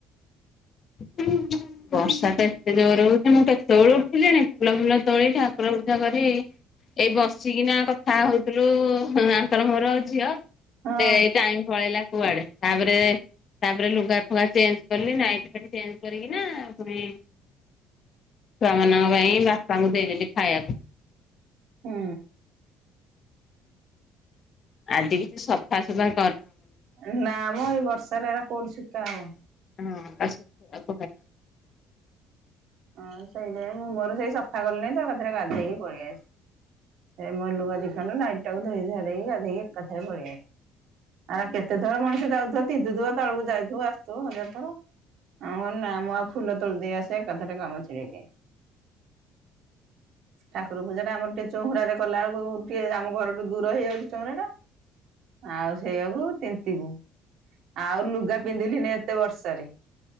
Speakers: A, on the left; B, on the right.
A: <inaudible> ବର୍ଷା ତ ଏତେ ଜୋର ହଉଚି ମୁଁ କେତେବେଳୁ ଉଠିଲିଣି। ଫୁଲ ଫୁଲ ତୋଳି ଠାକୁର ପୁଜା କରି। ଏଇ ବସିକିନା କଥା ହଉଥିଲୁ ହୁଁ, ଆଙ୍କର ମୋର ଝିଅ।
B: ହଁ
A: ସେ ଟାଇମ୍ ପଳେଇଲା କୁଆଡ଼େ। ତାପରେ, ତାପରେ ଲୁଗା ଫୁଗା ଚେଞ୍ଜ କଲି। ନାଇଟି ଫାଇଟି ଚେଞ୍ଜ କରିକି ନା ପୁଣି <inaudible> ଛୁଆମାନଙ୍କ ପାଇଁ ବାପାଙ୍କୁ ଦେଇଦେଲି ଖାଇବାକୁ।
B: ହୁଁ।
A: ଆଜି କିଛି ସଫା ସଫା
B: ଏ ନା ମ ଏଇ ବର୍ଷାରେ ଏରା କୋଉଠି ଶୁକା ହବ?
A: ହଁ ଆସ <inaudible>
B: ହଁ ସେଇଥିପାଇଁ ମୁଁ ମୋର ସେଇ ସଫା କଲି ନାଇ ତ ଏକାଥରେ ଗାଧେଇକି ପଳି ଆସ ଏ ମ ଲୁଗା ଦିଖଣ୍ଡ ନାଇଟ୍ ଟାକୁ ଧୋଇ ଧୁଆ ଦେଇକି ଗାଧେଇକି ଏକାଥରେ ପଳିଆଏ। ଆରା କେତେଥର ମଣିଷ ଯାଉଥିବ, ତିନ୍ତୁଥିବ, ତଳକୁ ଯାଉଥୁବ ଆସଥୁବ ହଜାର ଥର। ଆ ମୁଁ କହିନି ନା ମୁଁ ଆଉ ଫୁଲ ତୋଳି ଦେଇ ଆସେ ଏକାଥରେ କାମ ଛିଡ଼େଇ ଦିଏ। ଠାକୁର ପୂଜା ଟା ଆମର ଟିକେ ଚହୁଁରାରେ କଲା ବେଳକୁ ଟିକେ ଆମ ଘରଠୁ ଦୂର ହେଇଯାଉଛି ଚଉଁରା ଟା। ଆଉ ସେଇଆକୁ ତିନ୍ତିବୁ। ଆଉ ଲୁଗା ପିନ୍ଧିଲିନି ଏତେ ବର୍ଷାରେ